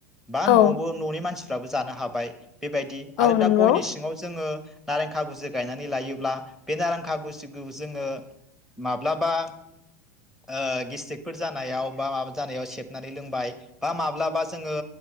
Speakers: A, in the centre; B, on the left.
A: बा न'आवबो
B: औ
A: न'नि मानसि फ्राबो जानो हाबाय बेबायदि आरो
B: औ नंगौ
A: दा गयनि सिङाव जोङो नारें खागुजि गायनानै लायोब्ला बे नारां खागुजिखौ जोङो माब्लाबा ओ गेसटिकफोर जानायाव बा माबा जानायाव सेबनानै लोंबाय बा माब्लाबा जोङो